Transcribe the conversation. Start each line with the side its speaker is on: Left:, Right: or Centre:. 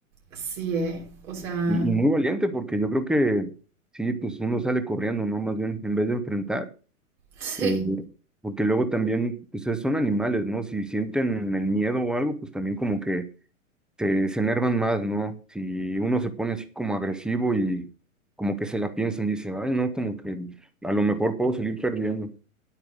Right: Sí, ¿eh? O sea,
Centre: Y, y muy valiente, porque yo creo que sí, pues uno sale corriendo, ¿no? Más bien, en vez de enfrentar,
Right: <laughs>
Centre: eh,
Right: Sí.
Centre: porque luego también, pues es- son animales, ¿no? Si sienten el miedo o algo, pues también como que se, se enervan más, ¿no? Si uno se pone así como agresivo y como que se la piensan, dice, ay, no, como que a lo mejor puedo salir perdiendo.